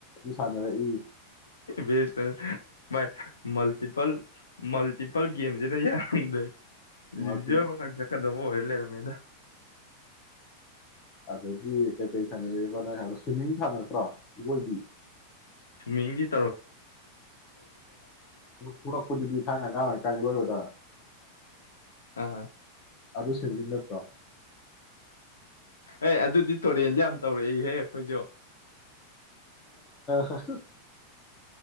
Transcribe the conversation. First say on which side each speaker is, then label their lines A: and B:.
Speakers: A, on the left; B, on the left.
A: ꯁꯥꯟꯅꯔ ꯏ
B: ꯦꯁ ꯇ ꯥꯏ ꯃꯜꯇꯤꯄꯜ ꯃꯜꯇꯤꯄꯜ ꯄꯜꯒꯤꯦꯝꯁꯤꯅ ꯌꯥꯝꯗꯦ ꯂꯤꯖꯕ
A: ꯃꯜꯇꯤ
B: ꯆꯀꯕꯨꯣ ꯏꯂꯦ ꯅ ꯃꯃꯦꯗ
A: ꯑꯗꯒꯤ ꯀꯩ ꯀꯔꯤ ꯁꯥꯟꯅꯔꯕ ꯅꯣ ꯍꯥꯏꯣ ꯁ꯭ꯋꯤꯝꯃꯤꯡ ꯁꯥꯟꯅꯔꯠꯇ꯭ꯔꯣ ꯑꯣꯏꯣꯏꯕꯤ
B: ꯍꯤ
A: ꯄꯨꯔꯛꯄꯗꯨꯗꯤ ꯊꯥꯏꯅ ꯀꯥꯡ ꯀꯥꯏ ꯂꯣꯏꯕꯗ
B: ꯑꯥ
A: ꯑꯗꯨ ꯁꯕꯤ ꯅꯠꯇ꯭ꯔꯣ
B: ꯑꯦ ꯑꯗꯨꯗꯤ ꯇꯨꯔꯦꯟ ꯌꯥꯝ ꯇꯧꯔꯛꯏꯍꯦ ꯑꯩꯈꯣꯏꯁꯨ
A: ꯐ